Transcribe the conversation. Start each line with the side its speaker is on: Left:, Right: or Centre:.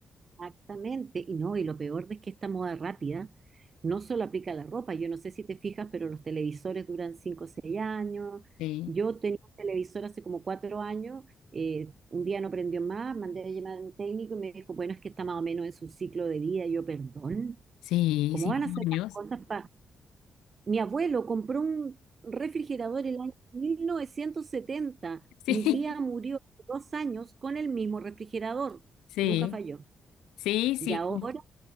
Right: Exactamente. Y no, y lo peor es que esta moda rápida no solo aplica a la ropa. Yo no sé si te fijas, pero los televisores duran 5 o 6 años.
Left: Sí,
Right: Yo tenía un televisor hace como 4 años. eh, un día no prendió más, mandé a llamar a un técnico y me dijo, bueno, es que está más o menos en su ciclo de vida. Y yo, perdón,
Left: sí,
Right: ¿cómo
Left: cinco
Right: van a hacer
Left: años.
Right: las cosas Mi abuelo compró un refrigerador el año 1970.
Left: <laughs>
Right: Mi tía murió hace dos años con el mismo refrigerador.
Left: Sí,
Right: Nunca falló.
Left: sí, sí,
Right: Y ahora
Left: sí, com-